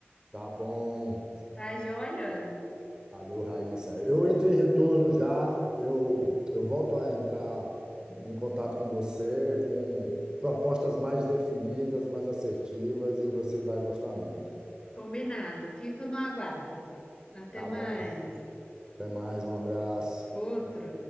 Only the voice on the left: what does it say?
tá joia?
Combinado. Fico no aguardo. Até
mais.
Outro.